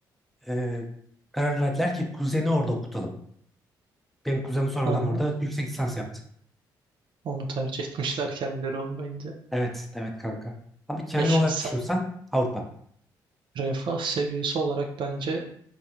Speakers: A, in the centre; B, on the right.
A: E, karar verdiler ki kuzeni orada okutalım. Benim kuzenim sonradan
B: Hı hı.
A: orada yüksek lisans yaptı.
B: Onu tercih etmişler kendileri olmayınca.
A: Evet, evet kanka. Ama kendim
B: Ya şahsen
A: olarak düşünsen Avrupa.
B: refah seviyesi olarak bence